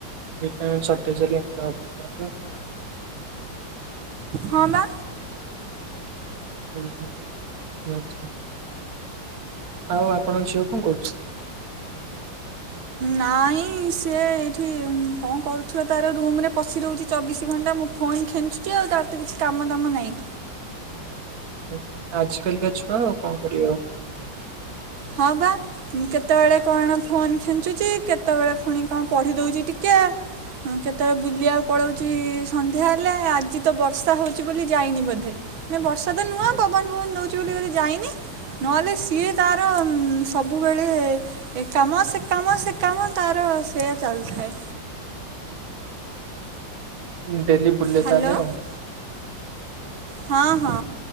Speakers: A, on the right; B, on the right.
A: ଭିଟାମୀନି ସଟେଯ ହେଲେ ଅମିତ୍ ହବ ଆଉ।
B: ହଁ ବା
A: ହୁ ହୁ ଆଛା ଆଉ ଆପଣଙ୍କ ଝିଅ କଣ କରୁଛି।
B: ନାଇଁ ସେ ଏଇଠି କଣ କରୁଥିବ ତାର ରୁମ ରେ ପଶି ରହୁଛି ଚବିଶି ଘଣ୍ଟା ମୁଁ ଫୋନ ଖେଞ୍ଚୁଛି ଆଉ ତାର ତ କିଛି କାମ ଦାମ ନାହିଁ।
A: ହୁଁ ଆଜି କାଲିକା ଛୁଆ ଆଉ କଣ କରିବେ ଆଉ
B: ହଁ ବା କେତେବେଳେ କଣ ଫୋନ୍ ଖେଞ୍ଚୁଛି କେତେବେଳେ ପୁଣି କଣ ପଢି ଦଉଛି ଟିକେ କେତେବେଳେ ବୁଲିବାକୁ ପଳଉଛି ସନ୍ଧ୍ୟା ହେଲେ ଆଜି ତ ବର୍ଷା ହଉଛି ବୋଲି ଯାଇନି ବୋଧେ ମାନେ ବର୍ଷା ତ ନୂଆଁ ପବନ ଫବନ ହଉଛି ବୋଲି ବୋଧେ ଯାଇନି ନହେଲେ ସିଏ ତା ସବୁବେଳେ ଏକାମ ସେକାମ ସେ କାମ ତାର ସେୟା ଚାଲିଥାଏ।
A: ହୁଁ <inaudible> ଡେଲି ବୁଲେ
B: ହ୍ୟାଲୋ
A: ତା ହେଲେ ଆଉ
B: ହଁ ହଁ